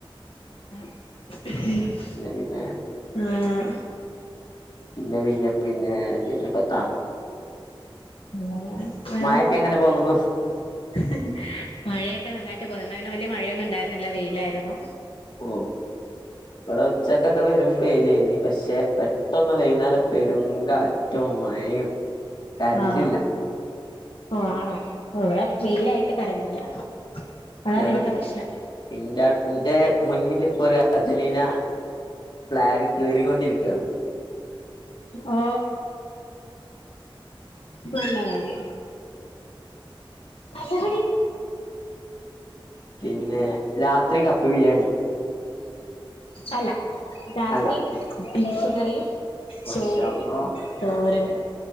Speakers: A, on the left (about 80°); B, on the left (about 55°).
A: ആ
B: പിന്നെ പിന്നെ പിന്നെ പിന്നെ പിന്നെ ത്ത
A: <unintelligible>
B: മഴൊക്കെ എങ്ങനെ പോകുന്നു
A: മഴയൊക്കെ <unintelligible> അങ്ങനെ വലിയ മയൊന്നും ഉണ്ടായിരുന്നില്ല വെയിലാരുന്നു
B: ഓ ഇവിടെ ഉച്ചക്കക്കെ പെരും വെയ്ലർനു പക്ഷെ പെട്ടന്ന് വൈന്നേരം പെരും കാ റ്റും മയും കറന്റ്
A: ആ
B: ഇല്ല
A: ഓ ആണോ ഇവിടെ വെയിലാട്ട് കറണ്ടില്ല അതാണ്
B: ഞങ്
A: ഇവിടുത്തെ പ്രശ്നം
B: ഇന്റെ ഇന്റെ മുന്നിൽ ഇപ്പൊ ഒരു അർജന്റീന ഫ്ലാഗ് കീറിക്കൊണ്ടിരി യാണ്
A: ആ നല്ല വാര് നല്ല വടി
B: പിന്നെ രാത്രി കപ്പ ബിരിയാണി
A: അൽ രാത്രി
B: അല്ല
A: ബീഫ് കറിയും
B: മാഷാ
A: ചോറും
B: അല്ലാഹ്
A: തോരനും